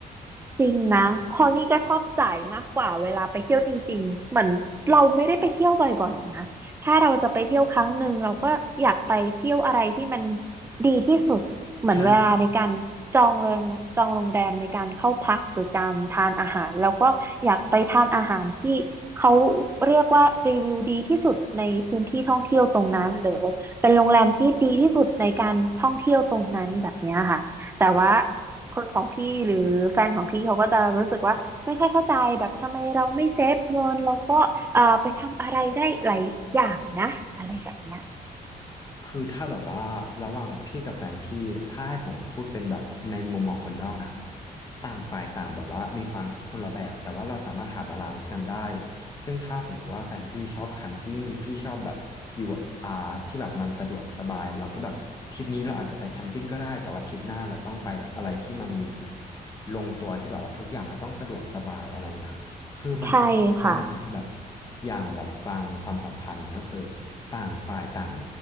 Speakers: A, on the right (about 15°); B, on the left (about 25°).
A: จริงนะเพอนี่ก็ชอบจ่ายมากกว่าเวลาไปเที่ยวจริงๆเหมือนเราไม่ได้ไปเที่ยวบ่อยๆนะ ถ้าเราจะไปเที่ยวครั้งหนึ่งเราก็อยากไปเที่ยวอะไรที่มันดีที่สุดเหมือนเวลาในการจองโรงจองโรงแรมในการเข้าพักหรือการทานอาหารเราก็อยากไปทานอาหารที่เขา
B: ใช่
A: เรียกว่ารีวิวดีที่สุดในพื้นที่ท่องเที่ยวตรงนั้นหรือเป็นโรงแรมที่ดีที่สุดในการท่องเที่ยวตรงนั้นแบบเนี้ยค่ะแต่ว่า คนของพี่หรือแฟนของพี่เขาก็จะรู้สึกว่าไม่ค่อยเข้าใจแบบทำไมเราไม่เซฟเงินเราก็เอ่อไปทำอะไรได้หลายอย่างนะอะไรแบบเนี้ย
B: คือถ้าแบบว่าระหว่างพี่กับแฟนพี่ถ้าให้ผมพูดเป็นแบบในมุมมองคนนอกนะครับต่างฝ่ายต่างแบบว่ามีความคิดคนละแบบแต่ว่าเราสามารถหาบาลานซ์กันได้ซึ่งถ้าสมมุติว่าแฟนพี่ชอบแคมปิ้งพี่ชอบแบบอยู่อ่าที่แบบมันสะดวกสบายเราก็แบบทริปนี้เราอาจจะไปแคมปิ้งก็ได้แต่ว่าทริปหน้าเราต้องไปแบบอะไรที่มันลงตัวที่แบบว่าทุกอย่างมันต้องสะดวกสบายอะไรอย่างเงี้ยครับคือมันก็คือได้นะครับแบบ
A: ใช่ค่ะ
B: อย่างแบบบางความสัมพันธ์ก็คือต่างฝ่ายต่าง